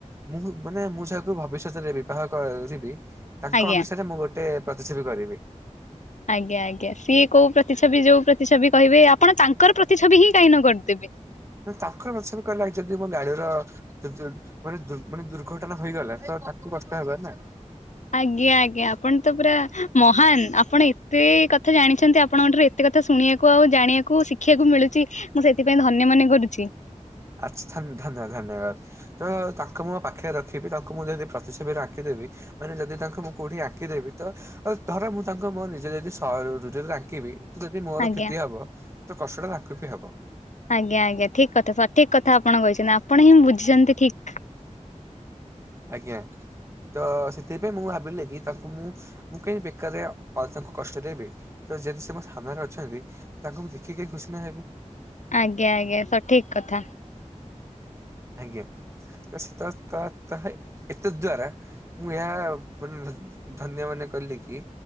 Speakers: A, on the right; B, on the left.
A: ମୁଁ ମାନେ ମୁଁ ଯାହାକୁ ଭବିଷ୍ୟତରେ ବିବାହ କରିବି। ତାଙ୍କ
B: ଆଜ୍ଞା
A: ଅନୁସାରେ ମୁଁ ଗୋଟ ଟେ ପ୍ରତିଛବି କରିବି।
B: ଆଜ୍ଞା ଆଜ୍ଞା ସିଏ କୋଉ ପ୍ରତିଛବି ଯୋଉ ପ୍ରତିଛବି କହିବେ ଆପଣ ତାଙ୍କର ପ୍ରତିଛବି ହିଁ କାଇନ କରଦେବେ।
A: ମୁଁ କଇଲି ତାଙ୍କ ପ୍ରତି ଛବି କଇଲ ଯଦି ମୋ ଗାଡିର ଦୁ ଦୂର ମାନେ ଦୁର ମାନେ ଦୁର୍ଘଟଣା ହେଇଗଲା ତ ତାଙ୍କୁ କଷ୍ଟ ହେବ ନା।
B: ହ ଆଜ୍ଞା ଆଜ୍ଞା ଆପଣ ତ ପୁରା ମହାନ। ଆପଣ ଏତେ କଥା ଜାଣିଛନ୍ତି। ଆପଣଙ୍କଠାରୁ ଏତ ଏତେ କଥା ଶୁଣିଆକୁ, ଜାଣିବାକୁ, ଶିଖିଆକୁ ମିଳୁଚି ମୁଁ ସେଇଥିପାଇଁ ଧନ୍ୟ ମନେ କରୁଛି।
A: ଆଚ୍ଛା ଥା ଥା ଧା ଧା ଧନ୍ୟବାଦ। ତ ତାଙ୍କୁ ମୁଁ ମୋ ପାଖରେ ରଖିବି। ତାଙ୍କୁ ମୁଁ ଯଦି ପ୍ରତିଛବିରେ ଆଙ୍କିଦେବି। ମାନେ ଯଦି ତାଙ୍କୁ ମୁଁ କୋଉଠି ଆଙ୍କିଦେବି ତ। ଆଉ ଧର ମୁଁ ତାଙ୍କୁ ମୋ ନିଜେ ଯଦି ସାଇରୁ ଆଙ୍କିବି। ଯଦି ମୋର
B: ଆଜ୍ଞା
A: କ୍ଷତି ହବ। ତ କଷ୍ଟଟା ତାଙ୍କୁ ବି ହବ।
B: ଆଜ୍ଞା ଆଜ୍ଞା ଠିକ କଥା ସଠିକ କଥା ଆପଣ କହିଚନ୍ତି। ଆପଣ ହିଁଁ ବୁଝିଛନ୍ତି ଠିକ।
A: ଆଜ୍ଞା ତ ସେଥିପାଇଁ ମୁଁ ଭାବିଲି କି ତାଙ୍କୁ ମୁଁ ମୁଁ କାଇଁ ବେକାରରେ ଅଧକୁ କଷ୍ଟଦେବି। ତ ଯଦି ସେ ମୋ ସାମ୍ନାରେ ଅଛନ୍ତି ତାଙ୍କୁ ମୁ ଦେଖିକି ଖୁସି ନା ହେବି।
B: ଆଜ୍ଞା ଆଜ୍ଞା ସଠିକ କଥା।
A: ଆଜ୍ଞା ଶୀତ ତଅ ତଅ ତଅ ଏତଦ୍ଵାରା ମୁଁ ଏହା ମାନ ଧନ୍ୟ ମନେ କଲି କି